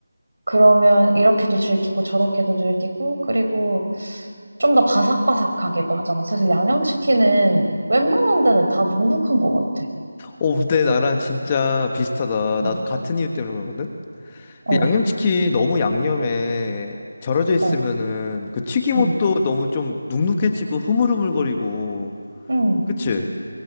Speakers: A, on the right; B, on the left.
A: 그러면 이렇게도 즐기고 저렇게도 즐기고, 그리고 좀 더 바삭바삭하기도 하잖아. 사실 양념 치킨은 웬만한 데는 다 눅눅한 것 같아.
B: 어, 근데 나랑 진짜 비슷하다.
A: 응,
B: 나도 같은 이유 때문에 그러거든?
A: 어,
B: 그 양념치킨 너무 양념에 절여져 있으면은
A: 어,
B: 그 튀김옷도
A: 응,
B: 너무 좀 눅눅해지고 흐물흐물거리고
A: 응,
B: 그치?